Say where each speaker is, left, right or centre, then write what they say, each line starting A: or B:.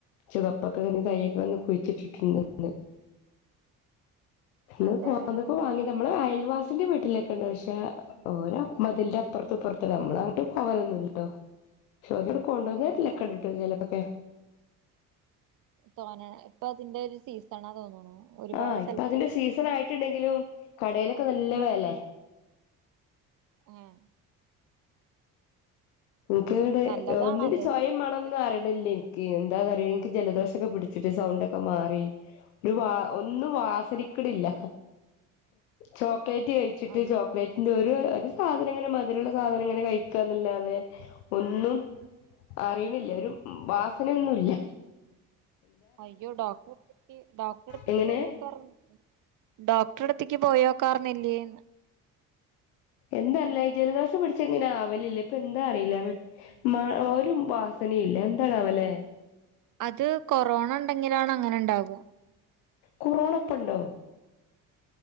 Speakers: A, on the left; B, on the right.
A: ചുവപ്പൊക്കെ തന്നെ തയ്യൊക്കന്ന് കുഴിച്ചിട്ടിട്ടുണ്ടന്ന് ഇന്ന്
B: അതെ
A: പോന്നപ്പോ
B: ഉം
A: വാങ്ങി
B: ഉം
A: നമ്മള് അയൽവാസിന്റെ വീട്ടിലൊക്കെ ഉണ്ട് പക്ഷെ ഓലെ മതിലന്റെ അപ്പറതും ഇപ്പറതുംല്ലേ നമ്മള് അങ്ങട്ട് പോവലൊന്നും ഇല്ലട്ടോപക്ഷേഓല് ഇങ്ങട്ട്കൊണ്ടന്നരലൊക്കെ
B: ഉം ഉം
A: ഇണ്ട് ട്ടോ ചെലതൊക്കെ
B: തോന്നെഇപ്പൊ അതിന്റെ ഒരു സീസണാ തോന്നുണു ഒരുപാട്
A: ആഹ് ഇപ്പൊ
B: സ്ഥലത്ത്
A: അതിന്റെ സീസൺ ആയിട്ടുണ്ടെങ്കിലും കടയിലൊക്കെ നല്ല വെലെ
B: ഉം
A: ഇൻക്ക് വടെ
B: നല്ലതാണത്
A: ഒന്നിന്റെ ചൊയെ മണ്ണോം
B: അതെ
A: ഒന്നും അറീണില്ലെ എന്താണന്ന് അറിയോ ഇൻക്ക് ജലദോഷൊക്കെ പിടിച്ചിട്ട് സൗണ്ട് ഒക്കെ മാറി ഒരു വ ഒന്നും വാസനിക്ക്ണില്ല ചോക്ലേറ്റ് കഴിച്ചിട്ട്
B: അയ്യോ
A: ചോക്ലേറ്റ് ന്റെ ഒരു ഒരു സാധനം ഇങ്ങനെ മധുരള്ള സാധനം ഇങ്ങനെ കഴിക്കാന്നല്ലാതെ ഒന്നും
B: ഉം
A: അറീണില്ല ഒരു വാസനൊന്നുംല്ല
B: അയ്യോ ഡോക്ടറെത്തേക്ക് ഡോക്ടറെടുത്തേക്ക്
A: എങ്ങനെ
B: പോയാക്കാർന്നു ഡോക്ടറടുത്ത്ക്ക് പോയോക്കാർന്നില്ലേന്ന്
A: എന്താറിയില്ല ജലദോഷം പിഠിച്ച ഇങ്ങനെ ആവലില്ല ഇപ്പൊ എന്താ അറിയില്ല മ ഒരു വാസനയില്ല എന്താണോവോലെ
B: അത് കൊറോണ ഉണ്ടെങ്കിലാണ് അങ്ങനെ ഉണ്ടാവും
A: കൊറോണപ്പണ്ടോ